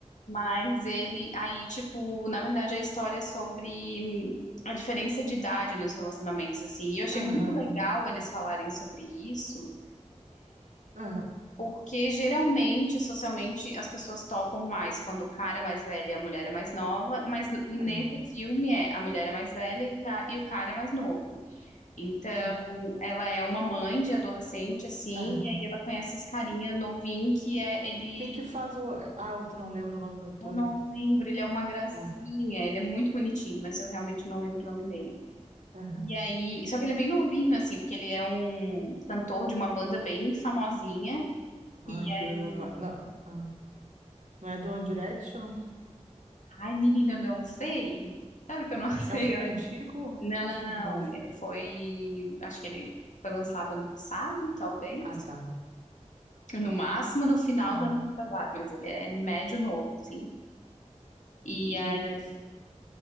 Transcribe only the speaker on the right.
Aham,
aham,
é.
ah,
Aham.
Quem que faz o... Ah, tu não lembra o nome do ator,
né?
Nada.
Aham.
Ai,
piorou
agora. Não, ah, não é do One Direction?
É um filme antigo
ou é um
filme
novo?
Ah, tá.
Ah.
E,
a... his-